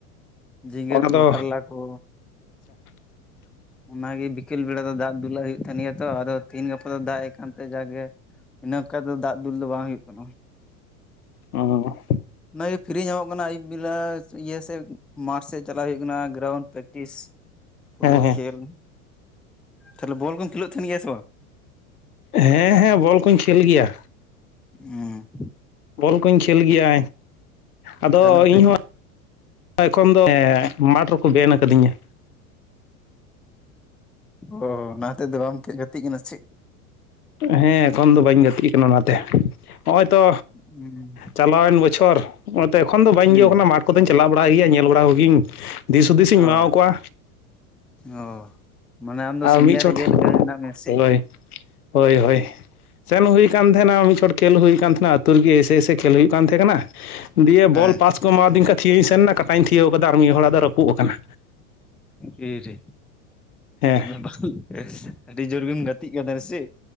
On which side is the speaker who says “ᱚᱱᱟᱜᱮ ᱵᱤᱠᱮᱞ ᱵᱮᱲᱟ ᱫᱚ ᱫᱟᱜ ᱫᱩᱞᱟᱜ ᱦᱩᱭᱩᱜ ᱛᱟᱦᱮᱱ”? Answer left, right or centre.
Centre